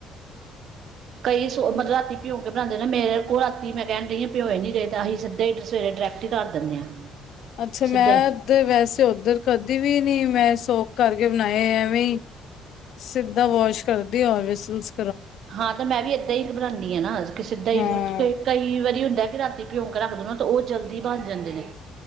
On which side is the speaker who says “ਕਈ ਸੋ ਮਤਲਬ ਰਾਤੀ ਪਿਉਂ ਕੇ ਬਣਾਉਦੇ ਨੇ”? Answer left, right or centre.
Right